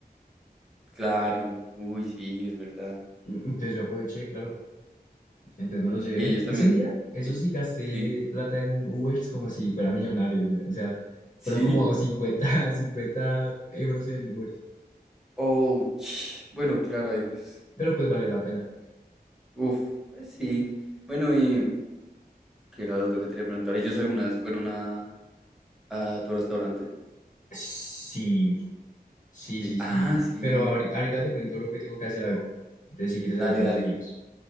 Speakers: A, in the centre; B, on the left.
A: Claro, uy, sí, es verdad.
B: Mm, Entonces yo aproveché, claro. Entonces me los llevé.
A: Y ellos también,
B: Ese día, eso
A: eh,
B: sí, gasté
A: sí,
B: plata en Ubers como si fuera millonario, güey. O sea,
A: sí,
B: fueron como <laughs> cincuenta cincuenta euros en Ubers.
A: oh, ch- bueno, claro, ahí pues,
B: Pero pues valió la pena.
A: uff, pues sí. Bueno, y que era lo otro que te quería preguntar, ¿ellos alguna vez fueron a, a tu restaurante?
B: Sí, sí,
A: Sí,
B: sí, sí.
A: ah, sí,
B: Pero ahori- ahorita, te cuento lo que tengo que hacer algo. Entonces, si quieres,
A: dale,
B: ahorita la
A: dale,
B: seguimos.